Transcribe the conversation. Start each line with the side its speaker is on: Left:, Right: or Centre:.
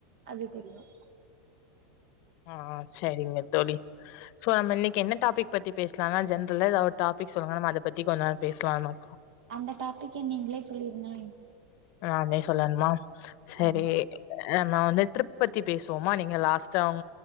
Right: அது தெரியும்
Left: ஆ சரிங்க தோழி சோ நம்ம இன்னைக்கு என்னடாபிக் பத்தி பேசலாம்ங்கா ஜென்ரல்ல ஏதாவது டாபிக் சொல்லுங்க நம்ம அத பத்தி கொஞ்ச நாம் பேசலாம்னு மக்கோ
Right: அந்த டாபிக் நீங்களே சொல்லிருங்களளே
Left: நானே சொல்லணுமா சேரி
Right: ஆமா
Left: நம்ம வந்து ட்ரிப் பத்தி பேசுவோமா நீங்க லாஸ்ட்டா